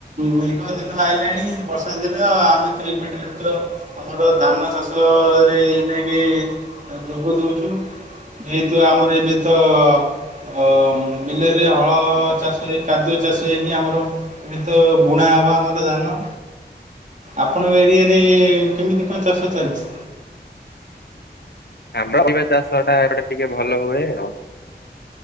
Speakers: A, on the right (about 45°); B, on the left (about 70°).
A: ମେଘ ଦିନ ଆଇଲାଣି ବର୍ଷା ଦିନ ଆମେ ତ ଏବେଠାରୁ ତ ଆମର ଧାନ ଚାଷରେ ଏଇ ନେଇକି ଯୋଗ ଦଉଚୁ ଯେହେତୁ ଆମର ଏବେ ତ ଅମ। ବିଲରେ ହଳ ଚାଷ ହେଇ କାଦୁଅ ଚାଷ ହେଇକି ଆମର ଏବେ ତ ବୁଣା ହେବା ଆମର ଧାନ ଆପଣଙ୍କ ଏରିଆରେ କେମିତି କଣ ଚାଷ ଚାଲିଛି?
B: ଆମ୍ବ <inaudible> ପରିବା ଚାଷଟା ଏପଟେ ଟିକେ ଭଲ ହୁଏ ଆଉ।